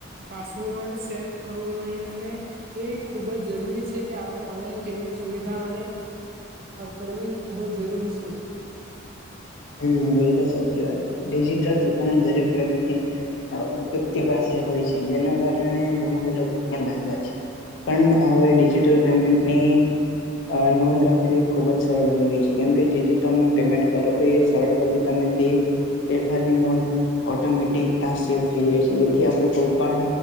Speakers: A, on the right; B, on the left.
A: પાસવર્ડ શેર કરવો નહી અને તે ખૂબ જ જરૂરી કે આપણે ઓનલાઈન પેમેન્ટ સુવિધા અને કરવી ખૂબ જ જરૂરી છે
B: હમ બિલકુલ સાચી વાત ડિજિટલ સુકની દરેક વ્યક્તિ વ્યક્તિ પાસે હોય છે જેના કારણે ઘણા બધા ભય પણ રહેલા છે પણ હવે ડિજિટલ પેમેન્ટની અ નોંધ રાખવી એ ખુબજ સરળ બની ગઈ છે કેમ કે જે જે તમે પેમેન્ટ કરો એ સરળતાથી તમે તે વવારની નોંધ ઓટોમેટિક થઈ જાય છે જેથી આપણે કોઈ પણ